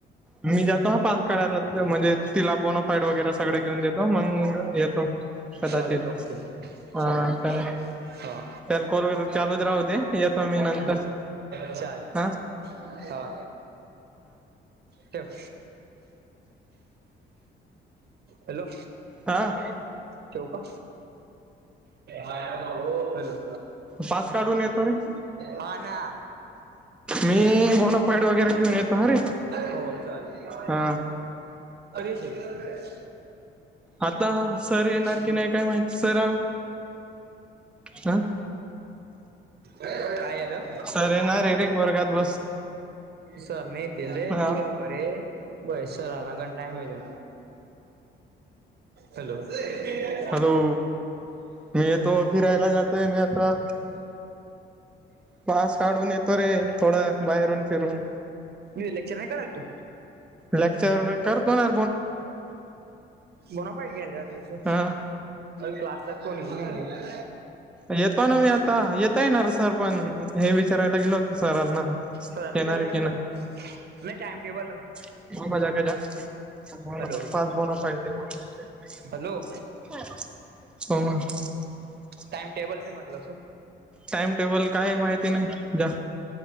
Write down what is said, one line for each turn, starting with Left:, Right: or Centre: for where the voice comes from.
Centre: मी जातो हा पास काढयला म्हणजे तिला बोनोफाईड वगैरे सगळं घेऊन देतो मग येतो. कदाचित
Right: चालेल ओके
Centre: हा
Right: चालेल
Centre: तर
Right: हा
Centre: त्याल कॉलवर चालूच राहू दे येतो मी नंतर
Right: चालेल
Centre: हांं.
Right: हा ठेव हॅलो?
Centre: हां.
Right: ठेऊ का? हॅलो?
Centre: पास काढून येतो रे
Right: हां ना.
Centre: मी बोनाफाईड वगैरे घेऊन येतो अरे
Right: हो चालेल.
Centre: हा
Right: <unintelligible>
Centre: आता सर येणार
Right: <unintelligible>
Centre: की नाही काय माहिती सर ह
Right: काय झालं
Centre: सर येणार आहे रे वर्गात बस
Right: सर न येतील रे
Centre: हा
Right: तू लव कर ये बय सरांना गण टाईम होऊन जाईल. हॅलो? <unintelligible> <inaudible> मी
Centre: हॅलो मी येतो फिरायला जातोय मी आता पास काढून येतो रे थोडं बाहेरून फिरून
Right: इलेक्शन हे कराय करतो.
Centre: लेक्चर कर कोणा
Right: बोनाफाईट घ्यायला आलो होतो.
Centre: हा
Right: क्लासला कोणीही नाहीये.
Centre: येतो ना मी आता
Right: <inaudible>
Centre: येता येणार सर पण हे विचारायला गेलो होत सरांना
Right: सराला
Centre: येणार
Right: विचारयला
Centre: आहे की
Right: गेल हो टाइम टेबल
Centre: <unintelligible>
Right: हॅलो
Centre: हम
Right: हॅलो टाइम टेबल दे म्हटलं अस.
Centre: टाइम टेबल काय माहिती नाही जा